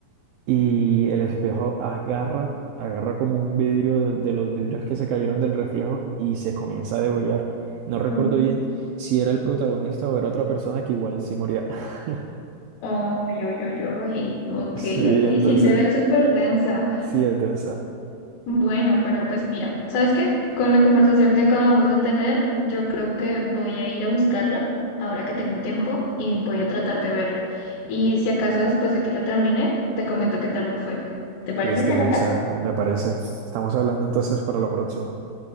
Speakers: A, on the right (about 85°); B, on the left (about 85°).
A: y el espejo agarra, agarra como un vidrio de, de los vidrios que se cayeron del reflejo y se comienza a degollar. No recuerdo
B: Mm.
A: bien si era el protagonista o era otra persona que igual sí moría. <laughs>
B: Oh, yo, yo, yo, ok,
A: Sí,
B: ok,
A: entonces,
B: sí se ve súper densa.
A: sí es densa.
B: Bueno, pero pues mira, ¿sabes qué? Con la conversación que acabamos de tener, yo creo que voy a ir a buscarla ahora que tengo tiempo y voy a tratar de verla. Y si acaso después de que la termine, te comento qué tal me fue. ¿Te parece,
A: Listo,
B: Jonathan?
A: Luisa, me parece. Estamos hablando entonces para la próxima.